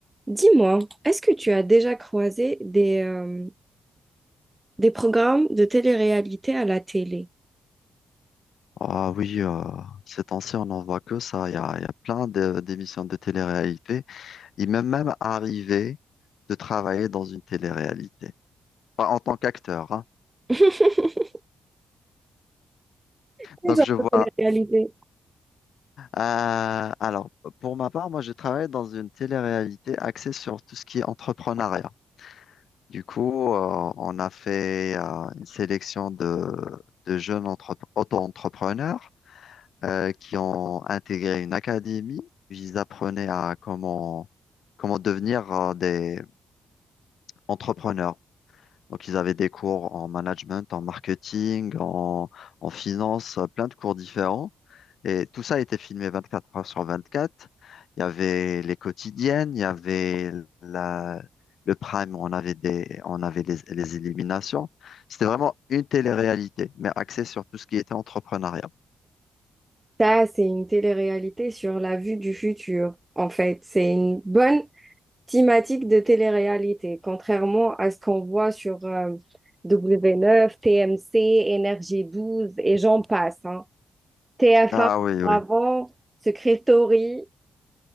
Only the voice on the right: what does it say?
Dis-moi, est-ce que tu as déjà croisé des, euh, des programmes de télé-réalité à la télé?
<laughs> Quel
genre
de télé-réalité?
Ça, c'est une télé-réalité sur la vue du futur, en fait. C'est une bonne thématique de télé-réalité, contrairement à ce qu'on voit sur euh, W9, TMC, Énergie Douze et j'en passe. hein. TF1
avant, Secret Story.